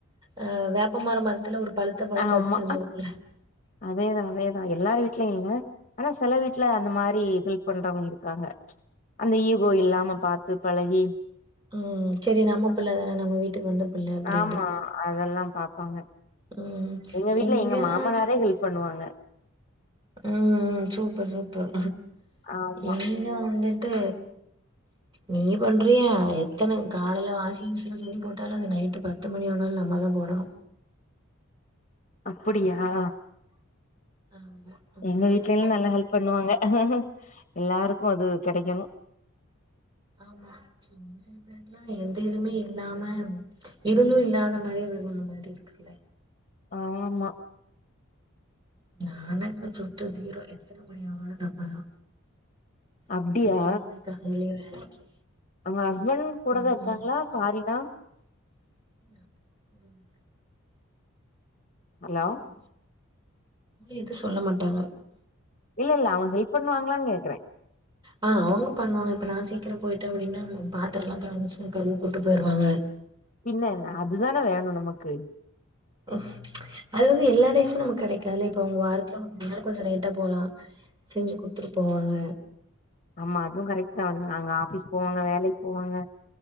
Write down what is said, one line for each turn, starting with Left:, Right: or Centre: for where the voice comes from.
Right: அ வேப்ப மர மரத்துல ஒரு பழுத்த பழோ
Left: ஆமா
Right: தப்பிச்சு வந்திருக்குல்ல
Left: அதேதா அதேதா எல்லாரு வீட்டுலயும் இல்ல ஆனா சில வீட்டு்ல அந்த மாரி ஹெல்ப் பண்றவங்க இருக்காங்க அந்த ஈகோ இல்லாம பாத்து பழகி
Right: <inaudible> ம் செரி நம்ம பிள்ளதான நம்ம வீட்டுக்கு வந்த பிள்ள அப்டின்ட்டு
Left: ஆமா அதெல்லா பாப்பாங்க
Right: ம்
Left: எங்க வீட்ல
Right: எங்கெலா
Left: எங்க மாமனாரே ஹெல்ப் பண்ணுவாங்க
Right: ம் சூப்பர் சூப்பர்
Left: ஆமா
Right: இங்க வந்துட்டு நீ பண்றியா எத்தன காலைல வாசிங் மிஷின்ல்ல துணி போட்டாலு அது நைட்டு பத்து மணி ஆனாலு நம்மதா போடணு
Left: அப்டியா
Right: ஆமா அந்த
Left: எங்க
Right: மாரி
Left: வீட்லெல்லா நல்லா ஹெல்ப் பண்ணுவாங்க எல்லாருக்கு அது கெடைக்கணு
Right: ஆமா <inaudible> எந்த இதுமே இல்லாம இருந்து இல்லாத மாரி <unintelligible> மாரி இருக்கல்ல
Left: ஆமா
Right: <unintelligible> சுத்த ஜீரோ எத்தன மணி ஆனாலு நம்மதா
Left: அப்டியா
Right: சரி போனு காலைலயே வேலைக்கு
Left: அவுங்க ஹஸ்பண்ட்
Right: பண்ணு
Left: கூடதா இருக்காங்களா ஃபாரின்னா
Right: <unintelligible>
Left: ஹலோ
Right: அவங்களு எது சொல்ல மாட்டாங்க
Left: இல்லல்ல அவுங்க ஹெல்ப் பண்ணுவாங்களான்னு கேக்குற
Right: ஆ அவுங்க பண்ணுவாங்க இப்ப நா சீக்கிரம் போயிட்ட அப்டின்னா பாத்திரோ எல்லா கடந்துச்சுன்னா கழுவிப்போட்டு போயிடுவாங்க
Left: பின்ன என்ன அதுதான வேணு நமக்கு
Right: ஆஹ <unintelligible> அது வந்து எல்லா டேஸும் நமக்கு கெடைக்காதல்ல இப்ப அவுங்க வாரத்துல ஒரு நாளு கொஞ்சோ லேட்டா போலா செஞ்சு குடுத்துட்டு போவாங்க
Left: ஆமா அதுவு கரெக்ட்தா நாங்க ஆபீஸ் போவாங்க வேலைக்கு போவாங்க